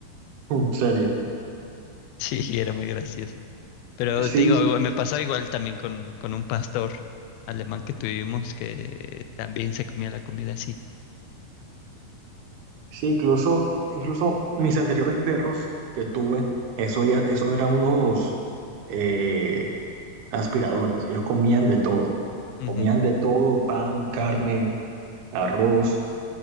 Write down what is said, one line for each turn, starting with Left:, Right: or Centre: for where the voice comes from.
Right: En serio.
Left: Sí, era muy gracioso. Pero
Right: Sí,
Left: te digo, me pasaba igual también con, con un pastor alemán que tuvimos que también se comía la comida así.
Right: sí, incluso, incluso mis anteriores perros que tuve, eso, ya- eso eran unos eh, aspiradoras. Ellos comían de todo.
Left: Ujú.
Right: Comían de todo, pan, carne, arroz,